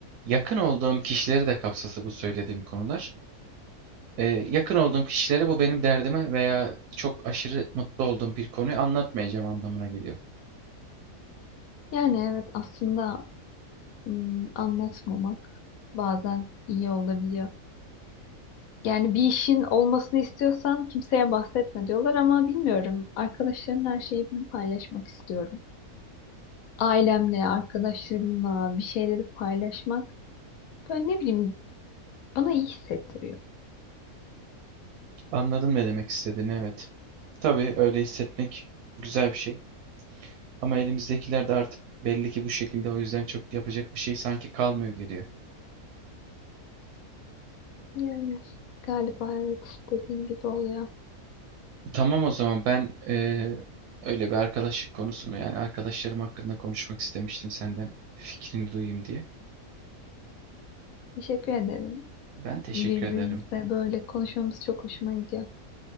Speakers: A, on the right; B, on the left.
A: yakın olduğum kişileri de kapsası bu söylediğim konular. e, yakın olduğum kişilere bu benim derdime veya çok aşırı mutlu olduğum bir konuyu anlatmayacağım anlamına geliyor.
B: Yani evet aslında hmm, anlatmamak bazen iyi olabiliyor. Yani bir işin olmasını istiyorsan kimseye bahsetme diyorlar ama bilmiyorum. Arkadaşlarımla her şeyi ben paylaşmak istiyorum. Ailemle, arkadaşlarımla bir şeyleri paylaşmak böyle ne bileyim bana iyi hissettiriyor.
A: Anladın ne demek istediğini, evet. Tabii öyle hissetmek güzel bir şey. Ama elimizdekiler de artık belli ki bu şekilde o yüzden çok yapacak bir şey sanki kalmıyor geriye.
B: Yani galiba evet dediğin gibi oluyor.
A: Tamam o zaman ben eee, öyle bir arkadaşlık konusunu yani arkadaşlarım hakkında konuşmak istemiştim senden fikrini duyayım diye.
B: Teşekkür ederim.
A: Ben teşekkür
B: Birbirimizle
A: ederim.
B: böyle konuşmamız çok hoşuma gidiyor.